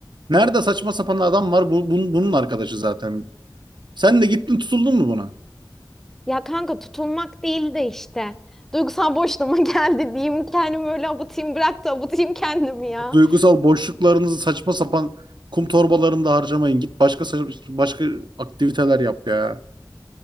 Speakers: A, on the right; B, in the centre.
A: Nerede saçma sapan adam var? Bu, bunun, bunun arkadaşı zaten. Sen de gittin tutuldun mu buna?
B: Ya kanka tutulmak değil de işte. Duygusal boşluğuma <laughs> geldi diyeyim kendimi öyle abutayım bırak da abutayım kendimi ya.
A: Duygusal boşluklarınızı saçma sapan kum torbalarında harcamayın. Git başka sa- başka aktiviteler yap ya.